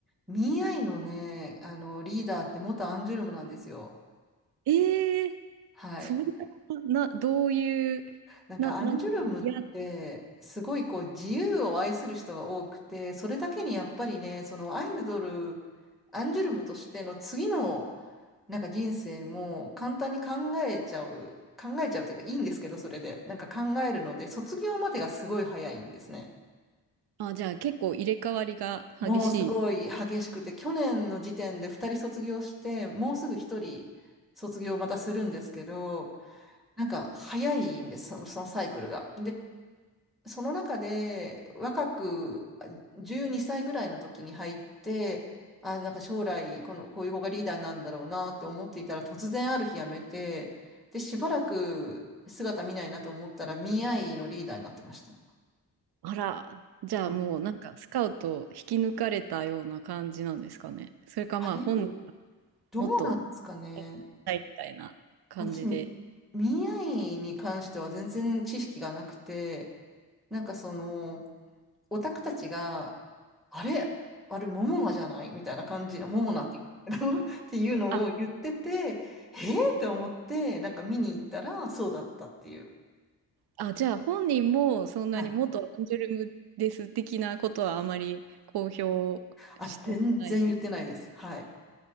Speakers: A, in the centre; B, on the right.
A: ミーアイのね、あの、リーダーって元アンジュルムなんですよ。
B: えー、
A: はい。
B: そんなな、どういう、
A: なんかアンジュルムって、
B: な、何か、いや、
A: すごいこう自由を愛する人が多くて、それだけにやっぱりね、そのアイドル、アンジュルムとしての次のなんか人生も簡単に考えちゃう、考えちゃうというかいいんですけど、それで。なんか考えるので、卒業までがすごい早いんですね。
B: あ、じゃあ結構入れ替わりが激しい。
A: もうすごい激しくて、去年の時点で2人卒業して、もうすぐ1人卒業またするんですけど、なんか早いんです、その、そのサイクルが。その中で若くあ12歳ぐらいの時に入って、あ、なんか将来この、こういう子がリーダーになるんだろうなって思っていたら突然ある日辞めて、で、しばらく姿見ないなと思ったら、ミーアイのリーダーになってました。
B: あら、じゃあもうなんかスカウト引き抜かれたような感じなんですかね。
A: うん
B: それかまあ本人が
A: あれ、どうなんですかね。
B: もっとしたいみたいな感じで。
A: 私、ミーアイに関しては全然知識がなくて、なんかその、オタクたちがあれあれ、モモナじゃないみたいな感じ、モモナって、<laughs> っていうのを言ってて、
B: あ、
A: えー、って思って、なんか見に行ったら、そうだったっていう。
B: あ、じゃあ本人もそんなに元アンジュルムです的なことはあまり公表したくない。
A: はい。あ、全然言ってないです。はい。